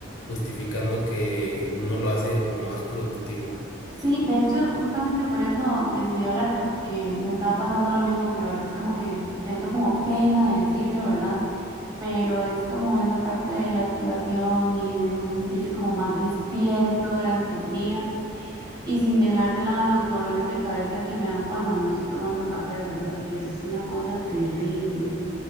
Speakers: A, on the left; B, on the right.
A: justificando que uno lo hace como más productivo.
B: Sí, de hecho, justamente por eso decidí hablarte porque me estaba pasando lo mismo, pero a veces como que siento como pena de decirlo, ¿verdad? pero es como esa parte de la activación y de uno sentirse como más despierto durante el día y sin dejar de lado los dolores de cabeza que me dan cuando no estoy tomando café, ¿verdad? Que es una cosa terrible.